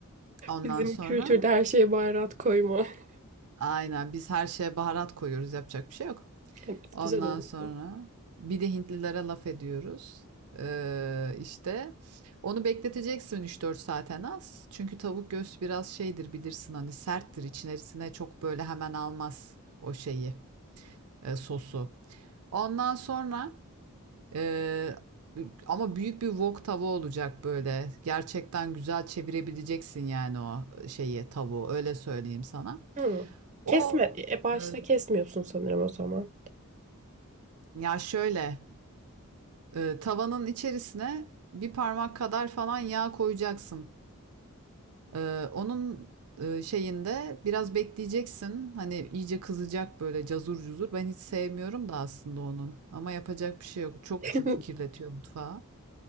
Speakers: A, on the right (about 75°); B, on the right (about 35°).
A: Ondan
B: Bizim
A: sonra
B: kültürde her şeye baharat koyma. <laughs>
A: aynen biz her şeye baharat koyuyoruz yapacak bir şey yok.
B: Evet,
A: Ondan
B: güzel oluyor.
A: sonra bir de Hintlilere laf ediyoruz. Ee, işte onu bekleteceksin üç dört saat en az. Çünkü tavuk göğsü biraz şeydir bilirsin hani serttir içerisine çok böyle hemen almaz o şeyi e, sosu. Ondan sonra e, ama büyük bir wok tava olacak böyle. Gerçekten güzel çevirebileceksin yani o şeyi tavuğu öyle söyleyeyim sana.
B: Hı.
A: O
B: Kesme, e, başta
A: e,
B: kesmiyorsun sanırım o zaman.
A: ya şöyle Ee, tavanın içerisine bir parmak kadar falan yağ koyacaksın. Ee, onun e, şeyinde biraz bekleyeceksin. Hani iyice kızacak böyle cazur cuzur. Ben hiç sevmiyorum da aslında onun. Ama yapacak bir şey yok. Çok
B: <laughs>
A: çünkü kirletiyor mutfağı.